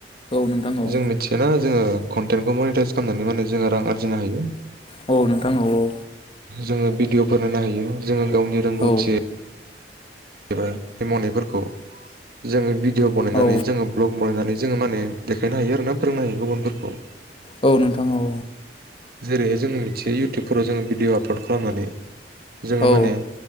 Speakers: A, on the left; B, on the right.
A: नोंथां औ
B: जों मिथिया ना जोंङो कन्टेन्टखौ मनिटाइस खालामनानै माने जोंङो रां आरजिनो हायो।
A: औ नोंथां औ औ।
B: जोङो भिडिअफोर होनो हायो जोंङो गावनि रोंगौथि
A: औ
B: एबा मावनायफोरखौ जोंङो भिडिअ बनायनानै
A: औ
B: जोंङो भ्लग बनायनानै जोंङो माने देखायनो हायो आरो ना फोरोंनो हायो गुबुनफोरखौ।
A: औ नोंथां औ।
B: जेरैहाय जों मिथियो इउटुबफोराव जोंङो भिडिअ आपलड खालामनानै जोंङो
A: औ
B: माने